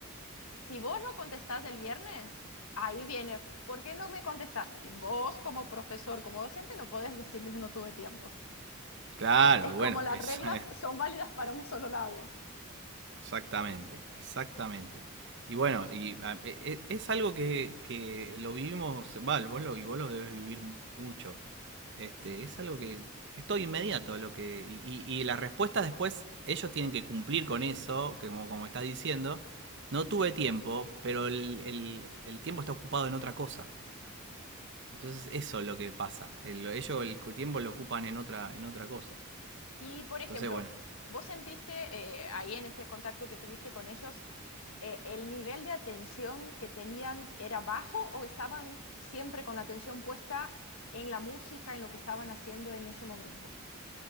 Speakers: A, on the left; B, on the right.
A: si vos no contestás el viernes, ahí viene, ¿por qué no me contestaste? Vos como profesor, como docente, no podés decirles no tuve tiempo.
B: claro.
A: Es
B: Bueno,
A: como las
B: es,
A: reglas
B: eh,
A: son válidas para un solo lado.
B: exactamente, exactamente. Y bueno, y e- e- es algo que, que lo vivimos, Val, vos lo, y vos lo debes vivir mucho. Este, es algo que es todo inmediato a lo que. Y, y, y las respuestas después, ellos tienen que cumplir con eso, que como, como estás diciendo. No tuve tiempo, pero el, el, el tiempo está ocupado en otra cosa. Entonces eso es lo que pasa. El- ellos el tiempo lo ocupan en otra, en otra cosa.
A: Y, por ejemplo,
B: Entonces, bueno.
A: vos sentiste eh, ahí en ese contacto que tuviste con ellos, eh, ¿el nivel de atención que tenían era bajo o estaban siempre con la atención puesta en la música, en lo que estaban haciendo en ese momento?